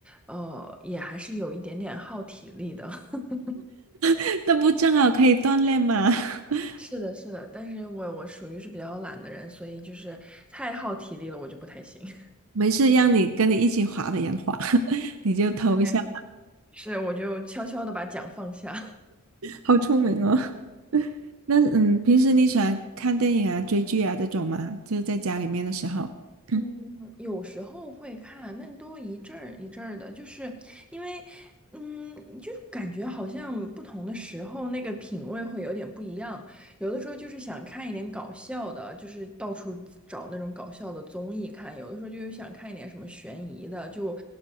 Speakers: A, in the centre; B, on the right.
A: 呃，也还是有一点点耗体力的。<laughs>
B: <laughs> 那不正好可以锻炼吗？<laughs>
A: 是的，是的，但是我我属于是比较懒的人，所以就是太耗体力了，我就不太行。<laughs>
B: 没事，让你跟你一起划的人划，<laughs> 你就投一下。
A: 对，是，我就悄悄的把桨放下。
B: 好聪明哦！<laughs> 那嗯，平时你喜欢看电影啊、追剧啊这种吗？就是在家里面的时候。<laughs>
A: 嗯，有时候会看，但都一阵儿一阵儿的，就是因为，嗯，就是感觉好像不同的时候那个品味会有点不一样。有的时候就是想看一点搞笑的，就是到处找那种搞笑的综艺看；有的时候就是想看一点什么悬疑的，就